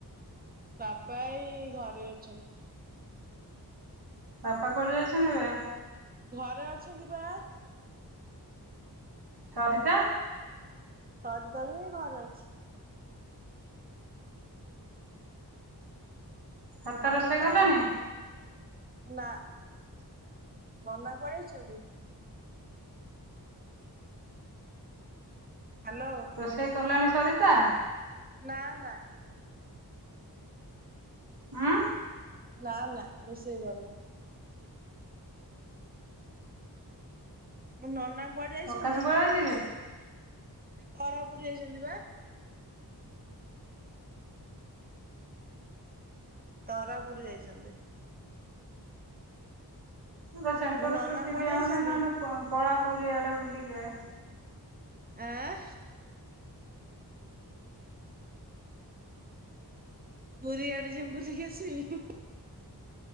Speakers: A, on the right; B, on the right.
A: ବାପା ଏଇ ଘରେ ଅଛନ୍ତି।
B: ବାପା କୁଆଡେ ଯାଇଚନ୍ତି ବେ?
A: ଘରେ ଅଛନ୍ତି ପା।
B: ସରିତା?
A: ସରିତା ବି ଘରେ ଅଛି।
B: ସରିତା ରୋଷେଇ କଲାଣି?
A: ଆଉ ନା ନନା କୁଆଡେ ଯାଇଚନ୍ତି? ହ୍ୟାଲୋ।
B: ରୋଷେଇ କଲାଣି ସରିତା?
A: ନା ନା।
B: ଉଁ?
A: ନା ନା ରୋଷେଇ କରି ନି। ମୁଁ ନନା କୁଆଡେ ଯାଇଛନ୍ତି?
B: ପ୍ରକାଶ କୁଆଡେ ଯାଇଛି କି?
A: ତରାପୁରି ଯାଇଚନ୍ତି ବା। ତରାପୁରୀ ଯାଇଚନ୍ତି।
B: ଏ ତ ସେଣ୍ଟର
A: ମୁଁ
B: ରେ
A: ନନା
B: ଛୁଟି
A: କୁଆଡେ
B: ଦିଆ
A: ଯାଇଛନ୍ତି?
B: ହଉନି ନହେଲେ ପଳା ପୁରୀ ଆଡେ ବୁଲିକି ଆ।
A: ଆଁ? ପୁରୀ ଆଡେ ଯିବି ବୁଲିକି ଆସିମି।